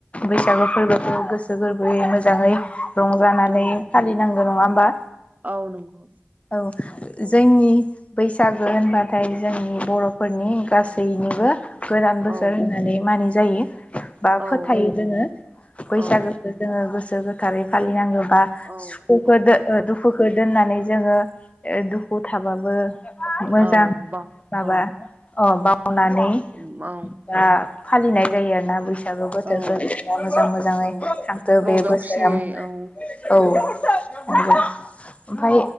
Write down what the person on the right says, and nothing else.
औ
औ नंगौ
औ
औ
नंगौ
औ
औ
औ
औ बा
औ
औ
औ
औ
रंजा
खुसियै औ